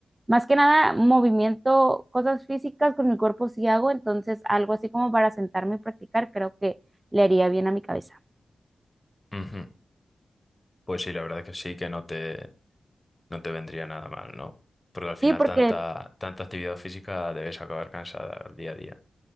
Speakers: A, on the right; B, on the left.
A: más que nada movimiento, cosas físicas con mi cuerpo sí hago, entonces algo así como para sentarme y practicar creo que le haría bien a mi cabeza.
B: Ujú. Pues sí, la verdad que sí, que no te, no te vendría nada mal, ¿no? Porque al
A: Sí,
B: final
A: porque
B: tanta, tanta actividad física debes acabar cansada al día a día.